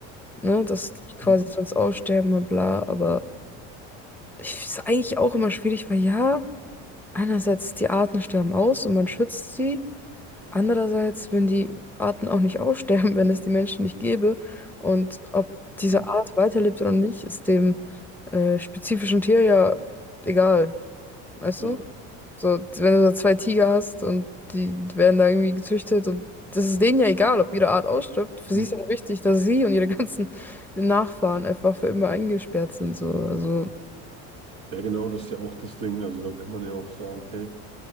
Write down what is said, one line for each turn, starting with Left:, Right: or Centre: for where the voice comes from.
Centre: ne, dass die quasi
Right: Mhm.
Centre: sonst aussterben und bla. Aber ich ist eigentlich auch immer schwierig, weil ja, einerseits die Arten sterben aus und man schützt sie. Andererseits würden die Arten auch nicht <laughs> aussterben, wenn es die Menschen nicht gäbe. Und ob diese
Right: Mhm.
Centre: Art weiterlebt oder nicht, ist dem äh, spezifischen Tier ja egal. Weißt
Right: Ja,
Centre: du?
Right: also,
Centre: So, wenn du da zwei Tiger hast und die werden da irgendwie gezüchtet und das ist denen ja egal, ob ihre Art ausstirbt. Für
Right: mhm.
Centre: sie ist ja wichtig, dass sie und ihre <laughs> ganzen Nachfahren einfach für immer eingesperrt sind. So. Also,
Right: ja, genau, das ist ja auch das Ding. Also da kann man ja auch sagen, hey,